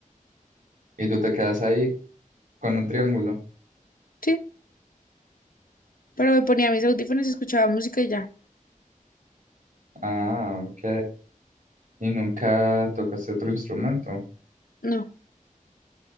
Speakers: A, on the right; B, on the left.
A: y tú te quedas ahí con un triángulo?
B: Sí, pero me ponía mis audífonos y escuchaba música y ya.
A: Ah, ok. ¿Y nunca tocaste otro instrumento?
B: No.